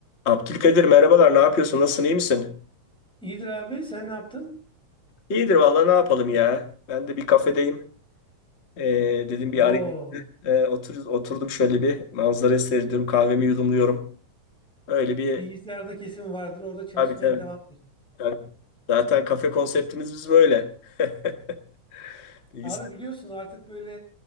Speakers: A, on the left; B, in the centre.
A: Abdülkadir merhabalar ne yapıyorsun nasılsın iyi misin?
B: İyidir abi. Sen ne yaptın?
A: İyidir vallahi ne yapalım ya ben de bir kafedeyim Ee, dedim bir
B: Oo,
A: arayayım Ee, otur- oturdum şöyle bir manzara seyrediyorum kahvemi yudumluyorum öyle bir
B: bilgisayarda kesin vardır. Orada çalışmaya
A: tabii tabii,
B: devamdır.
A: tabii. Zaten kafe konseptimiz biz böyle <laughs> Bilgisayar-
B: Abi biliyorsun artık böyle